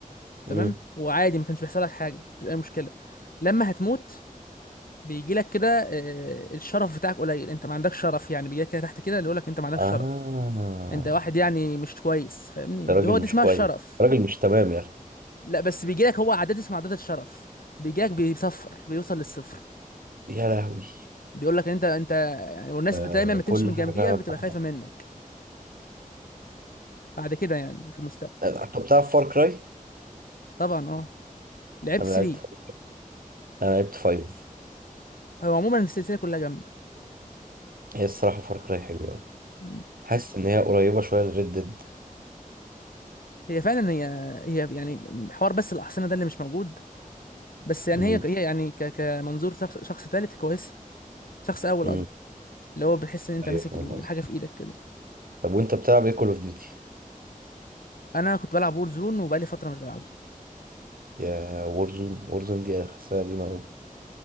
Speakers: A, on the left; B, on the right.
A: تمام
B: امم
A: وعادي ما كانش بيحصل لك حاجه مفيش اي مشكله لما هتموت بيجي لك كده آه، الشرف بتاعك قليل انت ما عندكش شرف يعني بيجي لك كده تحت كده اللي يقول لك انت ما عندكش
B: اه
A: شرف انت واحد يعني مش كويس فاهمني
B: ده
A: ب-
B: راجل
A: هو دي
B: مش
A: اسمها
B: كويس
A: الشرف
B: راجل مش تمام يا رجل.
A: لا بس بيجي لك هو عادات اسمها عادات الشرف بيجي لك بيصفر بيوصل للصفر
B: يا لهوي
A: بيقول لك انت انت يعني والناس
B: آه
A: بت- دايما ما تمشي
B: كل
A: من
B: حاجة
A: جنبيها
B: فعلا
A: بتبقى
B: بحبها
A: خايفه منك بعد كده يعني في المستقبل
B: آه، طب بتعرف فار كراي
A: طبعا اه لعبت
B: انا
A: 3
B: لعبت فار. انا لعبت فايف
A: هو عموما السلسله كلها جامده
B: هي الصراحة فار كراي حلوة أوي.
A: مم.
B: حاسس ان هي قريبة شوية لريد ديد
A: هي فعلا هي هي يعني حوار بس الاحصنه ده اللي مش موجود بس يعني
B: امم
A: هي هي يعني ك... كمنظور شخص شخص تالت كويس شخص اول
B: امم
A: قصدي اللي هو بتحس ان انت
B: ايوه
A: ماسك
B: فاهم
A: الحاجه
B: قصدي
A: في ايدك كده
B: طب وانت بتلعب ايه كول اوف ديوتي
A: انا كنت بلعب وور زون وبقالي فتره مش بلعبها
B: يا وورزون وورزون دي انا حاسسها قديمة أوي